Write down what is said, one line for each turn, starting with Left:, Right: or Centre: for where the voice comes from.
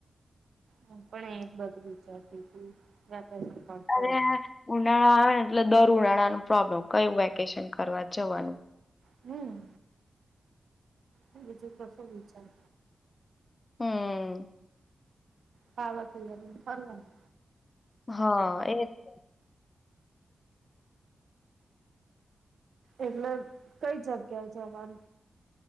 Right: હું પણ એ જ બધું વિચારતી તી. વેકેશન પડશે
Left: અરે
Right: હવે.
Left: ઉનાળા આવે ને એટલે દર ઉનાણા નું પ્રોબ્લેમ, કયું વેકેશન કરવા જવાનું.
Right: હમ્મ. બીજું કસું વિચાર
Left: હમ્મ્મ.
Right: ખાવા, પીવાનું ન ફરવાનું.
Left: હ, એજ તો.
Right: એટલે કઈ જગ્યાએ જવાનું?